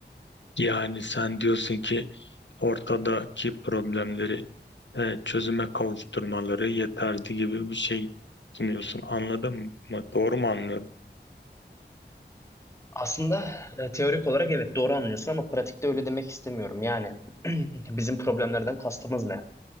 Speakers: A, on the left; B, on the left.
A: Yani sen diyorsun ki ortadaki problemleri e, çözüme kavuşturmaları yeterli gibi bir şey sunuyorsun. Anladın mı? Doğru mu anlıyorum?
B: Aslında e, teorik olarak evet doğru anlıyorsun ama pratikte öyle demek istemiyorum. Yani <clears throat> bizim problemlerden kastımız ne?